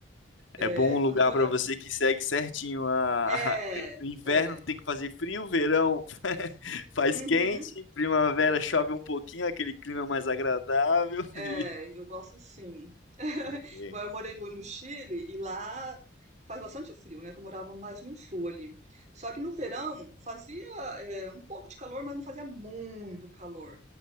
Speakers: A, on the right; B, on the left.
A: é,
B: É bom um lugar
A: quando eu morava.
B: pra você que segue certinho a,
A: É,
B: <laughs> a- o inverno
A: é.
B: tem que fazer frio, verão Faz
A: uhum.
B: quente, primavera chove um pouquinho, aquele clima mais agradável. <laughs>
A: É,
B: E...
A: eu gosto assim. <laughs>
B: Saquei.
A: Igual eu morei no, no Chile e lá faz bastante frio, né? Que eu morava mais no sul ali. Só que no verão fazia é, um pouco de calor, mas não fazia muito calor,